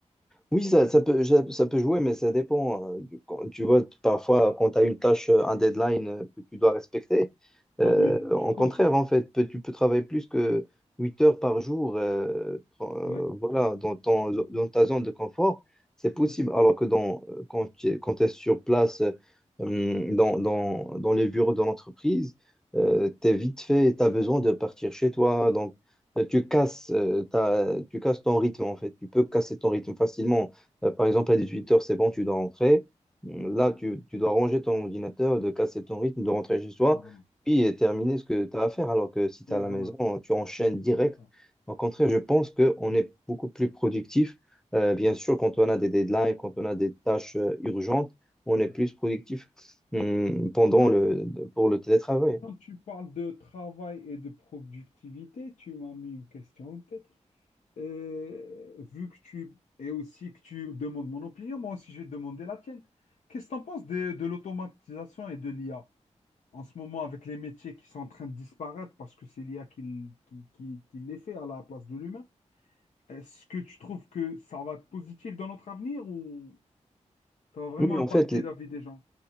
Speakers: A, in the centre; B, on the left.
A: Oui, ça, ça peut, ça, ça peut jouer, mais ça dépend. euh, du- quand- Tu vois, parfois, quand tu as une tâche, euh, un deadline euh, que tu dois respecter, euh,
B: Ah oui, tu
A: en
B: cours.
A: contraire, en fait, peut- tu peux travailler plus que 8 heures par jour, euh, tra-
B: Oui,
A: euh, voilà, dans ton,
B: d'accord.
A: dans ta zone de confort, c'est possible.
B: Oui,
A: Alors que dans, euh, quand tu es, quand t'es sur place, euh, hum, dans, dans, dans les bureaux de l'entreprise, euh, t'es vite fait, tu as besoin de partir chez toi, euh, tu casses, euh, ta- tu casses ton rythme en fait. Tu peux casser ton rythme facilement. Euh, par
B: voilà.
A: exemple, à 18 heures c'est bon, tu dois rentrer. Mm, Là,
B: Ouais.
A: tu, tu dois ranger ton ordinateur, de casser ton rythme, de rentrer chez toi,
B: Ah, voilà.
A: puis euh, terminer ce que tu as à faire. Alors que si tu
B: Oui,
A: es à la
B: voilà.
A: maison, tu enchaînes direct.
B: Ouais.
A: Au contraire, je pense qu'on
B: Mm.
A: est beaucoup plus productif. Euh, bien
B: Ouais.
A: sûr, quand on a des deadlines, quand on a des tâches euh, urgentes, on est
B: Ouais.
A: plus productif mm, pendant
B: Sinon,
A: le, pour le télétravail.
B: quand tu parles de travail et de productivité, tu m'as mis une question en tête. Euh, vu que tu, et aussi que tu demandes mon opinion, moi aussi je vais te demander la tienne. Qu'est-ce que tu en penses de, de l'automatisation et de l'IA? en ce moment avec les métiers qui sont en train de disparaître parce que c'est l'IA qui, l- qui, qui- qui les fait à la place de l'humain. Est-ce que tu trouves que ça va être positif dans notre avenir ou ça va vraiment
A: Oui, en
B: impacter
A: fait,
B: la vie des gens?